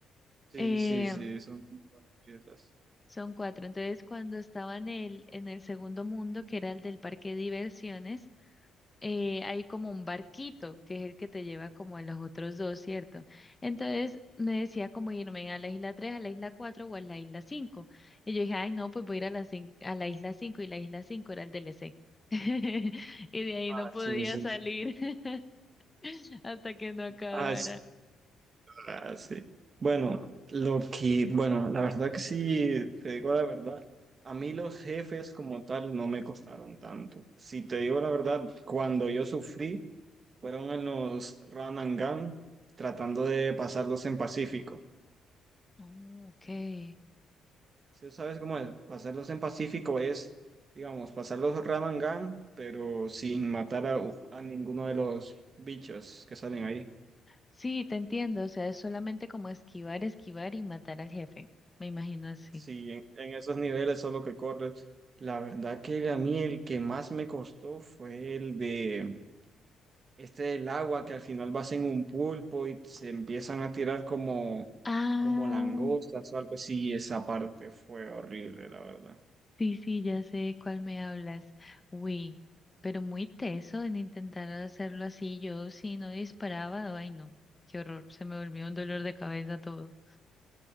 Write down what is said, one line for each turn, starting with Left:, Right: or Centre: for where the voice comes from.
Right: Sí,
Left: Eh,
Right: sí, sí, son como cuatro letras.
Left: son cuatro. Entonces, cuando estaba en el, en el segundo mundo, que era el del parque de diversiones, eh, hay como un barquito, que es el que te lleva como a los otros dos, ¿cierto? Entonces me decía como irme a la isla 3, a la isla 4 o a la isla cinco. Y yo dije, ay, no, pues voy a ir a la, cin- a la isla 5 y la isla 5 era el DLC. <laughs> Y de ahí
Right: Ah,
Left: no podía
Right: sí, sí.
Left: salir
Right: sí.
Left: <laughs> hasta que no acabara.
Right: Ah, Ah, sí. Bueno, lo que, bueno, la verdad que sí, te digo la verdad, a mí los jefes como tal no me costaron tanto. Si te digo la verdad, cuando yo sufrí, fueron en los run and gun, tratando de pasarlos en Pacífico.
Left: Oh, ok.
Right: Si sabes cómo es, pasarlos en Pacífico es, digamos, pasar los run and gun, pero sin matar a, a ninguno de los bichos que salen ahí.
Left: Sí, te entiendo. O sea, es solamente como esquivar, esquivar y matar al jefe. Me imagino así.
Right: Sí, en, en esos niveles solo que corres. La verdad que a mí el que más me costó fue el de este del agua, que al final vas en un pulpo y se empiezan a tirar como,
Left: Ah.
Right: como langostas o algo así. Esa parte fue horrible, la verdad.
Left: Sí, sí, ya sé de cuál me hablas. Uy, pero muy teso en intentar hacerlo así. Yo si no disparaba, ay no, qué horror, se me volvió un dolor de cabeza todo.